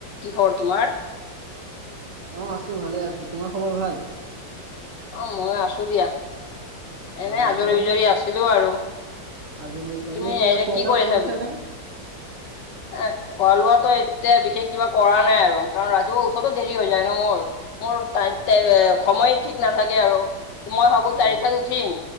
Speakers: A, on the left (about 70°); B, on the right (about 50°).
A: কি খবৰ তোমাৰ
B: অ আছো ভালে আছো তোমাৰ খবৰ ভাল
A: অ মই আছো দিয়া এনে
B: অ
A: আজৰি
B: ৰাতিপুৱাৰ
A: বিজৰি
B: পৰা
A: আছিলো আৰু
B: আজৰি আছিলে
A: তুমি
B: এনে কি খোৱা লোৱা
A: কৰি আছা?
B: কৰিছা নে
A: <unintelligible> খোৱা লোৱাটো এতিয়া বিশেষ কিবা কৰা নাই আৰু কাৰণ ৰাতিপুৱা উঠোতো দেৰি হৈ যায় ন মোৰ, মোৰ <unintelligible> সময়ত ঠিক নাথাকে আৰু, মই ভাবো
B: অ
A: চাৰিটাত উঠিম,